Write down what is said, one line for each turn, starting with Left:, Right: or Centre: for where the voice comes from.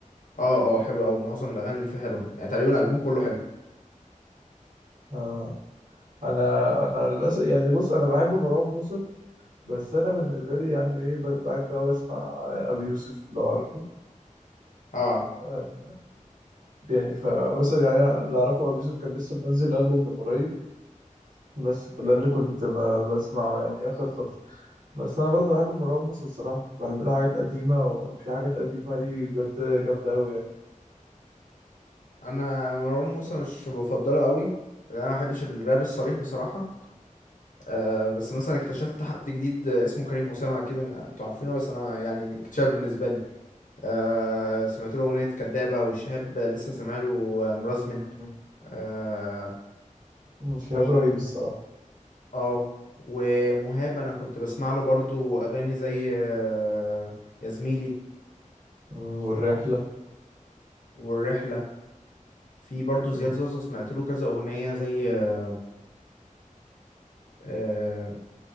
Left: اه اه حلو قوي معظم الاغاني اللي فيه حلوه يعني تقريبا الالبوم كله حلو
Right: اه انا انا للاسف يعني بص انا بحب مروان موسى بس انا بالنسبه لي يعني ايه ب- بحب اوي اسمع ابي يوسف لو عارفه
Left: اه عارف
Right: آه يعني فمثلا يعني أنا اللي اعرفه ابي يوسف كان لسه منزل البوم من قريب بس ده اللي كنت ب- بسمعه يعني اخر فتره بس انا برضو بحب مروان موسى الصراحه كنت بحب له حاجات قديمه وفي حاجات قديمه ليه بجد جامده قوي يعني
Left: انا مروان موسى مش بفضله قوي لأن انا ما بحبش الراب الصريح بصراحه آه بس مثلا اكتشفت حد جديد اسمه كريم اسامه اكيد انتوا عارفينه بس انا يعني اكتشاف بالنسبه لي آه سمعت له اغنيه كدابه وشهاب لسه سامع له مرزمن
Right: مم.
Left: اه
Right: مم، شهاب
Left: ي-
Right: رهيب الصراحه
Left: آه. ومهاب انا كنت بسمع له برضو اغاني زي آه يا زميلي
Right: مم، والرحله
Left: والرحله في برضو
Right: مم.
Left: زياد زازا سمعت له كذا أغنية زي آه، آه،